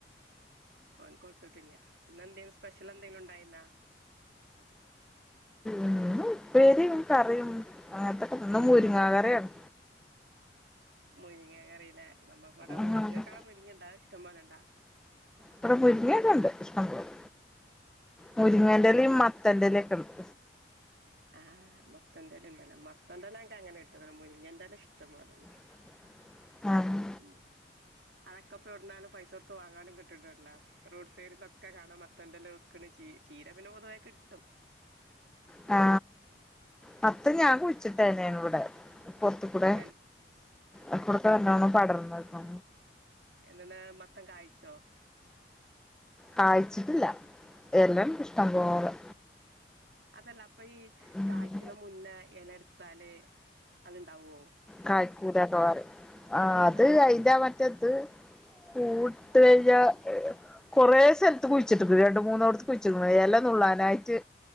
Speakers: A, on the right (about 70°); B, in the centre.
A: മോൻക്ക്‌ കൊട്ത്തിട്ടില്ല ഇന്നന്തേ സ്പെഷ്യൽ എന്തെലും ഉണ്ടായിരുന്നാ?
B: ഇന്ന് ഉപ്പേരിയും കറിയും അങ്ങനത്തൊക്കെ ഇന്ന് മുരിങ്ങ കറിയാണ്.
A: മുരിങ്ങക്കറില്ലേ നമ്മക്കവിടെ
B: ആഹ്
A: മുരി ങ്ങക്കവിടെ മുരിങ്ങണ്ടാ ഇഷ്ടം പോലെണ്ടാ?
B: ഇവിടെ മുരിങ്ങൊക്കെണ്ട് ഇഷ്ടംപോലെ മുരിങ്ങേന്റെലയും
A: ഉം
B: മത്തൻന്റെലെക്കെണ്ട്.
A: ആഹ് മത്തന്റലണ്ടല്ലോ മത്തംന്തലല്ല എനക്ക് അങ്ങനെ ഇട്ട മുരിങ്ങൻതല ഇഷ്ടപോലെണ്ട്.
B: <inaudible> ആഹ്
A: ഉം അതൊക്കെപ്പടുന്നാലും പൈസ കൊടുത്ത് വാങ്ങാനും കിട്ട്ണ്ടല്ലോ. റോഡ് സൈഡിലൊക്കെ കാണാം മത്തണ്ടല വെക്കണ് ചീ, ചീര പിന്നെ പൊതുവെ കിട്ടും.
B: ആ
A: <inaudible>
B: മത്തൻ ഞാൻ കുയിച്ചിട്ടേനെണ് ഇവിടെ. പൊറത്ത്കൂടെ
A: തൻ
B: അകൂടെക്കെ നല്ലോണം പടർന്നക്ക
A: എന്നണ് മത്തൻ കായ്ചോ?
B: കായിച്ചിട്ടില്ല. എലെണ്ട് ഇഷ്ടം പോലെ.
A: അതല്ല അപ്പൊ ഈ
B: ഉം
A: കായ്ക്കണ മുന്നേ എല എടുത്താല് അത്‌ണ്ടാവോ?
B: കായ്ക്കൂരക്കെ പറി ആ അത്
A: ആഹ്
B: അയിന്റെ മറ്റെത് കൂട്ട്കഴിഞ്ഞാ കൊറെ സ്ഥലത്ത് കുഴിച്ചിട്ടുണ്ട് രണ്ട് മൂന്നോട കുയ്ച്ചുക്കണ് എല നുള്ളാനായിട്ട്